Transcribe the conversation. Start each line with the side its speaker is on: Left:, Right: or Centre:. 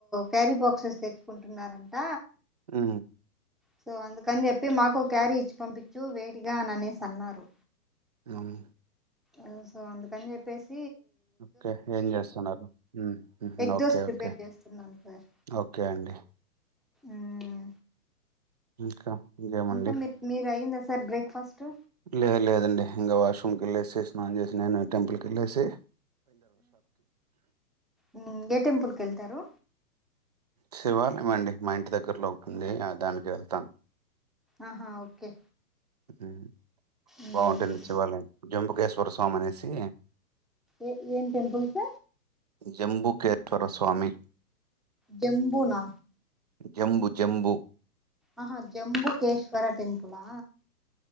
Centre: క్యారీ బాక్సెస్ తెచ్చుకుంటున్నారంట.
Right: ఊ
Centre: సో అందుకని చెప్పి మాకు క్యారీ ఇచ్చి పంపించు వేడీగా అని అనేసి అన్నారు.
Right: అవును
Centre: ఓ సో అందుకని చెప్పేసీ
Right: ఓకే ఏం చేస్తున్నారు ఊ
Centre: egg
Right: okay
Centre: dosa prepare
Right: okay
Centre: చేస్తున్నాను సార్
Right: ఓకే అండి.
Centre: మ్మ్.
Right: ఇంకా ఇంకేమండి
Centre: ఇంకా మీర్ మీరు అయ్యిందా సర్ సర్ బ్రేక్ఫాస్టు
Right: లేద్ లేదండి ఇంకా వాష్రూమ్కి వెళ్ళేసి స్నానం చేసినాను టెంపుల్ కేళ్ళేసి
Centre: ఊ ఉఏ టెంపుల్కి తారు.
Right: శివాలయమండి మా ఇంటి దగ్గరలో ఒకటుంది ఆ దానికి వెళ్తామ్.
Centre: ఆహా ఓకే
Right: హు
Centre: మ్మ్.
Right: బాగుంటుంది శివాలయం. జంబుకేశ్వర స్వామి అనేసి
Centre: ఏ ఏం టెంపుల్స్
Right: జంబుకేశ్వర స్వామి
Centre: జంబునా
Right: జంబు జెంబు
Centre: ఆహా జంబుకేశ్వర టెంపులా